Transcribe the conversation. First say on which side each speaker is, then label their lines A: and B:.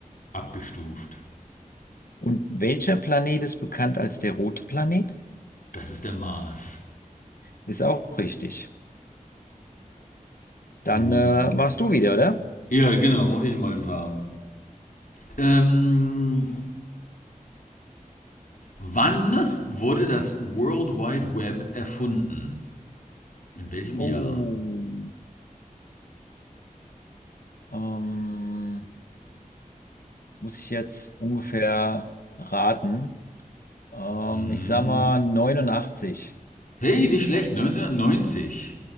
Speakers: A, on the left; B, on the left.
A: abgestuft.
B: Und welcher Planet ist bekannt als der rote Planet?
A: Das ist der Mars.
B: Ist auch richtig. Dann
A: Mhm.
B: äh, machst du wieder, oder?
A: Ja, genau, mache ich mal ein paar. Ähm, wann wurde das World Wide Web erfunden? In welchem
B: Oh,
A: Jahr?
B: ähm, muss ich jetzt ungefähr raten? Ähm,
A: Hm.
B: ich sag mal 89,
A: Hey, nicht schlecht, Neunzehnhundertneunzig.